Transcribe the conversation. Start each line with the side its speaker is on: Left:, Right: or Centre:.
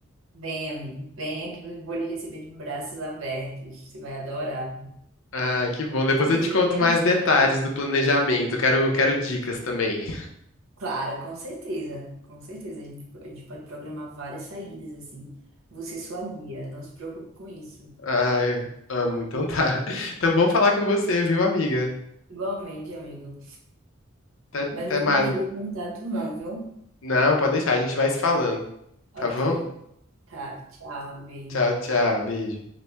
Right: Vem, amigo, venha que eu vou lhe receber de braços abertos. Você vai adorar.
Left: Ai, que bom. Depois
Right: Pra
Left: eu
Right: ver,
Left: te conto
Right: né?
Left: mais
Right: Você
Left: detalhes
Right: vai receber.
Left: do planejamento. Quero, quero dicas também.
Right: Claro, com certeza, com certeza. A gente, a gente pode programar várias saídas assim. Você é sua guia, não se preocupe com isso.
Left: Ai, amo. Então tá. <laughs> Então bom falar com você, viu, amiga?
Right: Igualmente, amigo.
Left: Até,
Right: Mas
Left: até
Right: não
Left: mais.
Right: vou perder o contato, não, viu?
Left: Não, pode deixar, a gente vai se falando.
Right: Ok.
Left: Tá bom?
Right: Tá, tchau, beijo.
Left: Tchau, tchau. Beijo.